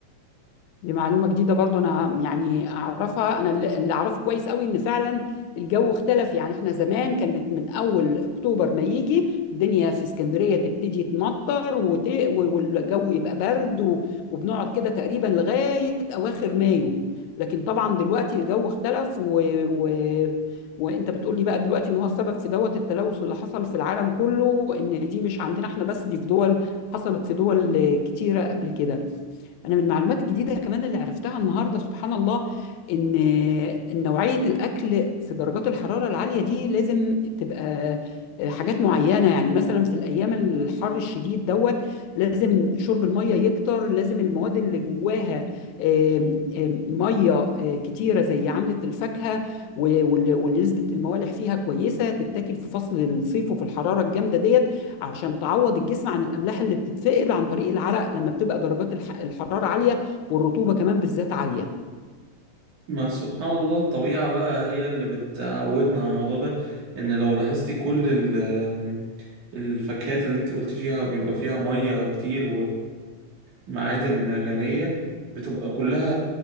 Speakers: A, on the left; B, on the right.
A: دي معلومة جديدة برضو أنا يعني أعرفها أنا اللي اللي أعرفه كويس قوي إن فعلا الجو اختلف يعني إحنا زمان كانت من أول أكتوبر ما يجي الدنيا في اسكندرية تبتدي تمطر وت... والجو يبقى برد و... وبنقعد كده تقريبا لغاية أواخر مايو لكن طبعا دلوقتي الجو اختلف و... و... وانت بتقولي بقى دلوقتي ان هو السبب في دوت التلوث اللي حصل في العالم كله ان دي مش عندنا احنا بس دي في دول حصلت في دول كتيرة قبل كده انا من المعلومات الجديده كمان اللي عرفتها النهارده سبحان الله ان نوعيه الاكل في درجات الحراره العاليه دي لازم تبقى آه، حاجات معينه يعني مثلا في الايام الحر الشديد دوت لازم شرب الميه يكتر لازم المواد اللي جواها آم، آم، ميه آه، كتيره زي عامله الفاكهه و- وال- واللي نسبه الموالح فيها كويسه تتاكل في فصل الصيف وفي الحراره الجامده ديت عشان تعوض الجسم عن الاملاح اللي بتتفقد عن طريق العرق لما بتبقى درجات الح- الحراره عاليه والرطوبه كمان بالذات عاليه
B: ما سبحان الله الطبيعة بقى هي اللي بتعودنا على الموضوع ده ان لو لاحظتي كل ال- الفاكهات اللي انت قلت فيها بيبقى فيها مية كتير ومعادن غنية بتبقى كلها